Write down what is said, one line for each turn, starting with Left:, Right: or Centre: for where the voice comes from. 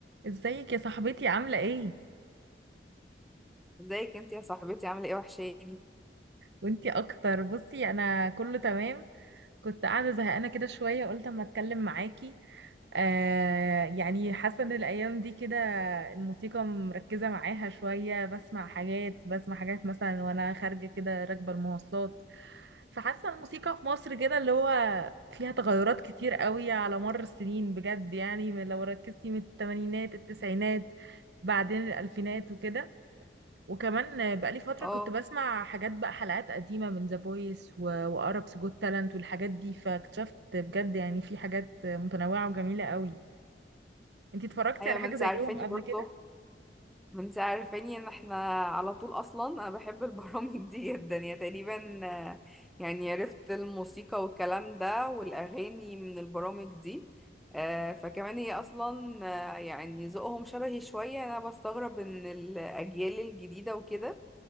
Right: ازيك يا صاحبتي عاملة ايه؟
Centre: ازيك انت يا صاحبتي عامله ايه وحشاني
Right: وانتي اكتر بصي انا كله تمام كنت قاعدة زهقانة كده شوية قلت اما اتكلم معاكي آه يعني حاسة ان الايام دي كده الموسيقى مركزة معاها شوية بسمع حاجات بسمع حاجات مثلا وانا خارجة كده راكبة المواصلات فحاسة الموسيقى في مصر كده اللي هو فيها تغيرات كتير قوي على مر السنين بجد يعني من- لو ركزتي من التمانينات التسعينات بعدين الالفينات وكده وكمان بقالي فترة
Centre: اه
Right: كنت بسمع حاجات بقى حلقات قديمة من ذا فويس وأربس جوت تالنت والحاجات دي فاكتشفت بجد يعني في حاجات متنوعة وجميلة قوي انتي اتفرجتي
Centre: ايوه
Right: على
Centre: ما
Right: حاجة
Centre: انت
Right: زيهم
Centre: عارفاني
Right: قبل
Centre: برضه
Right: كده؟
Centre: ما انت عارفاني ان احنا على طول اصلا انا بحب البرامج <laughs> دي جدا يا تقريبا آه، يعني عرفت الموسيقى والكلام ده والاغاني من البرامج دي آه، فكمان هي اصلا آه، يعني ذوقهم شبهي شويه انا بستغرب ان الاجيال الجديده وكده